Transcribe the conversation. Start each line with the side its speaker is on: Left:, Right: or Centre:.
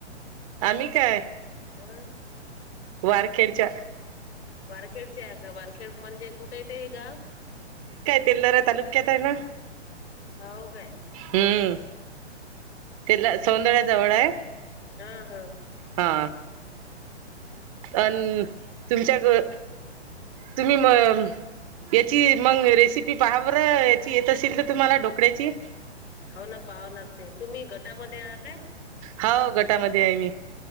Right: आम्ही काय
Left: हा
Right: वारखेडच्या
Left: वारखेडचे आहे का वारखेड म्हणजे कुठं येते. गाव
Right: तेल्हारा तालुक्यात आहे ना
Left: हो काय
Right: हम्म तला सौंदर्या जवळ आहे
Left: हा हा
Right: हा अ तुमच्या ग तुम्ही म याची मग रेसिपी पाहाव येत असेल का तुम्हाला डोकळ्याची
Left: हो ना पाहाव लागते तुम्ही गटामध्ये आहात काय
Right: होा गटामध्ये आहे मी